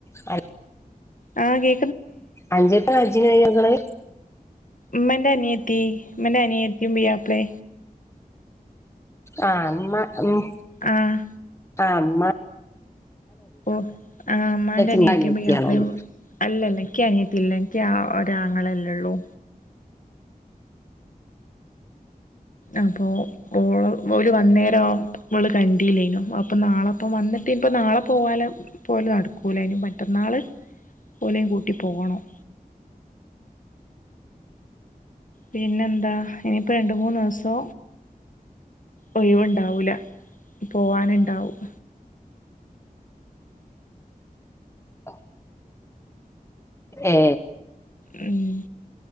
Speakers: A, on the left (about 15°); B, on the left (about 60°).
A: അ
B: ആ <unintelligible> കേ
A: അഞ്ചെട്ട അജജിനയ വന്നികുനെ
B: മ്മന്റെ അനിയത്തി മന്റെ അനിയത്തി ഇമ്മീയാപ്പിലെ
A: ആ അമ്മ മ്
B: ആഹ്
A: അമ്മ
B: ഓ ആഹ ഇമ്മാന്റെ അനയത്തിയും
A: ഇങ്ങളെ അനിയത്തിയാണോന്ന്
B: പ്യ യ്യാപ്പള അല്ലല്ലേ ക്ക് അനിയത്തില്ല എനിക്ക് ഒരാങ്ങളല്ലേള്ളൂ അപ്പൊ ഓള പോല വന്നേരം വിള് കണ്ടില്ലൈനും അപ്പൊ നാളെപ്പം വന്നിട്ടേ ഇനിപ്പോ നാളെ പോകാന പോലും നടക്കൂലായിനും മറ്റന്നാള് പോഓലെ കൂട്ടി പോകണം പിന്നെന്താ ഇനിയിപ്പോ രണ്ട് മൂന്ന് ദിവസോ ഒഴിവുണ്ടാവൂല പോവാനുണ്ടാവും
A: ആ ഏ
B: മ്